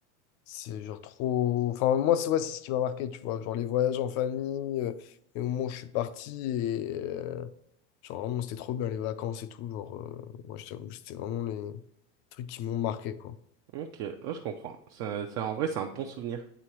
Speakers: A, on the left; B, on the right.
A: c'est genre trop... Enfin, moi, c'est ouais, c'est ce qui m'a marqué, tu vois. Genre, les voyages en famille, euh, les moments où je suis parti et... euh, genre, vraiment, c'était trop bien, les vacances et tout. Genre, euh, moi, je t'avoue, c'était vraiment les trucs qui m'ont marqué, quoi.
B: Ok, ouais, je comprends. Ça, ça, en vrai, c'est un bon souvenir.